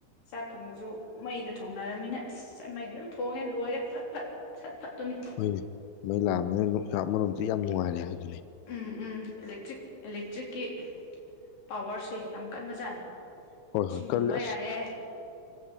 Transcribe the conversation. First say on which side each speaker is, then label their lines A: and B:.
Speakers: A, on the left; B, on the left.
A: ꯆꯥꯛ ꯊꯣꯡꯕꯁꯨ ꯃꯩꯗ ꯊꯣꯡꯅꯔꯃꯤꯅ ꯑꯁ ꯃꯩꯗ ꯑꯗꯨꯝ ꯊꯣꯡꯉꯦ ꯂꯣꯏꯔꯦ ꯐꯠ ꯐꯠ ꯁꯠ ꯐꯠꯇꯨꯅꯤ
B: ꯍꯣꯏꯅꯦ ꯃꯩ ꯂꯥꯛꯑꯕꯅꯤꯅ ꯑꯃꯔꯣꯝꯗꯤ ꯌꯥꯝ ꯅꯨꯡꯉꯥꯏꯔꯦ ꯍꯥꯏꯗꯤ
A: ꯎꯝ ꯎꯝ ꯂꯦꯛꯇ꯭ꯔꯤꯛ ꯑꯦꯂꯦꯛꯇ꯭ꯔꯤꯛꯀꯤ ꯄꯋꯥꯔꯁꯦ ꯌꯥꯝ ꯀꯟꯕꯖꯥꯠꯅꯤ
B: ꯍꯣꯏ
A: ꯏꯁꯤꯡ
B: ꯍꯣꯏ ꯀꯜꯂꯦ
A: ꯂꯨꯝꯕ
B: ꯑꯁ
A: ꯌꯥꯔꯦ